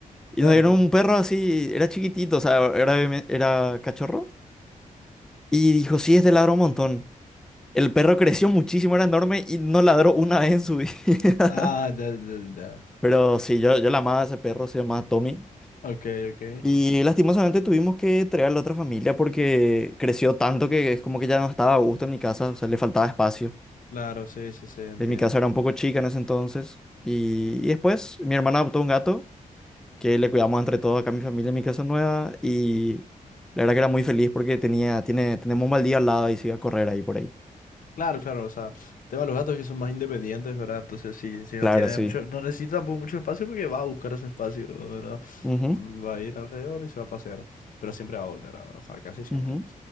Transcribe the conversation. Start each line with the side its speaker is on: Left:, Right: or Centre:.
Centre: Y
Left: Claro,
Centre: nos dieron
Left: claro.
Centre: un perro así, era chiquitito, o sea, era, bebé- era cachorro. Y dijo, sí, este ladró un montón. El perro creció muchísimo, era enorme y no ladró una vez en su vida.
Left: Ah, ya, ya, ya.
Centre: <laughs> Pero sí, yo, yo la amaba a ese perro, se llamaba Tommy.
Left: Ok, ok.
Centre: Y lastimosamente tuvimos que traerle a otra familia porque creció tanto que es como que ya no estaba a gusto en mi casa, o sea, le faltaba espacio.
Left: Claro, sí, sí, sí, entiendo.
Centre: En mi casa era un poco chica en ese entonces. Y, y después mi hermana adoptó un gato que le cuidamos entre todos acá a mi familia en mi casa nueva. Y la verdad que era muy feliz porque tenía, tiene, tenemos un baldío al lado y se iba a correr ahí por ahí.
Left: Claro, claro, o sea, el tema de los gatos es que son más independientes, ¿verdad? Entonces sí, sí, no
Centre: Claro,
Left: tiene
Centre: sí.
Left: mucho, no necesita tampoco mucho espacio porque va a buscar ese espacio, ¿verdad?
Centre: Ujú.
Left: Mm, Va a ir alrededor y se va a pasear, pero siempre va a volver, ¿verdad? o sea, casi siempre.
Centre: Ujú,